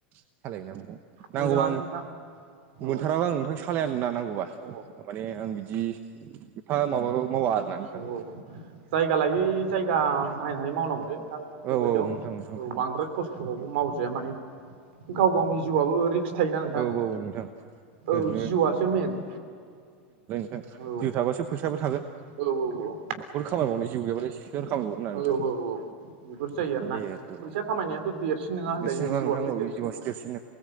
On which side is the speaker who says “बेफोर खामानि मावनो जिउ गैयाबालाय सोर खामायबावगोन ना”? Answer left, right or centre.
Right